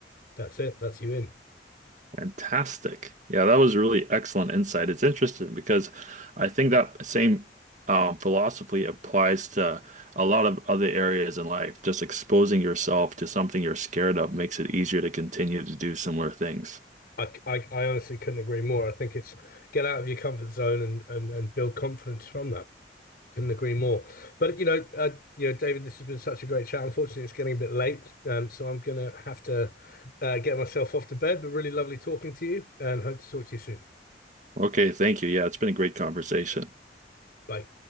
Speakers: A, on the left; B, on the right.
A: that's it, that's you in.
B: Fantastic. Yeah, that was really excellent insight. It's interesting because I think that same um, philosophy applies to a lot of other areas in life. Just exposing yourself to something you're scared of makes it easier to continue to do similar things.
A: I, I, I honestly couldn't agree more. I think it's get out of your comfort zone and, and, and build confidence from that. Couldn't agree more. But you know, uh, you know, David, this has been such a great chat. Unfortunately, it's getting a bit late, um, so I'm gonna have to uh, get myself off to bed. But really lovely talking to you, and hope to talk to you soon.
B: Okay, thank you. Yeah, it's been a great conversation.
A: Bye.